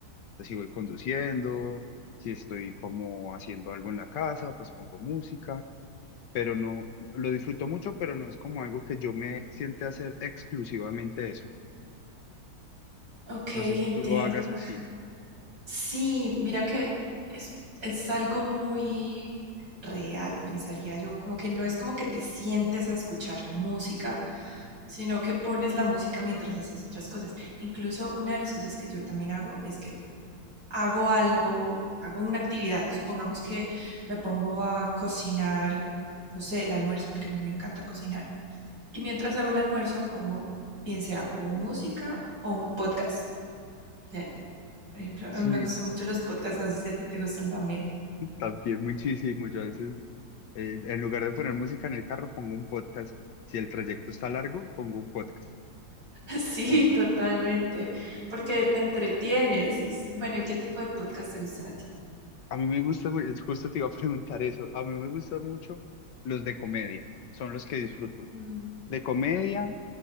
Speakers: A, on the left; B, on the right.
A: Entonces, si voy conduciendo, si estoy como haciendo algo en la casa, pues pongo música, pero no, lo disfruto mucho, pero no es como algo que yo me siente a hacer exclusivamente eso.
B: Ok,
A: No sé si
B: entiendo.
A: tú lo hagas así.
B: Sí, mira que es, es algo muy real, pensaría yo, como que no es como que te sientes a escuchar música, sino que pones la música mientras haces otras cosas. Incluso una de las cosas que yo también hago es que hago algo, hago una actividad, supongamos que me pongo a cocinar, no sé, el almuerzo, porque a mí me encanta cocinar, y mientras hago el almuerzo pongo bien sea o música o un podcast. Ya. Por ejemplo, eh,
A: Sí,
B: me gustan mucho los podcasts, no sé si a ti te gustan también.
A: también muchísimo. Yo a veces Eh, en lugar de poner música en el carro, pongo un podcast. Si el trayecto está largo, pongo un podcast
B: <laughs> Sí,
A: también.
B: totalmente, porque te entretienes. Es- Bueno, ¿y qué tipo de podcasts te gustan a ti?
A: A mí me gusta, mu- es justo te iba a preguntar eso, a mí me gustan mucho los de comedia, son los que disfruto.
B: Mm,
A: De comedia,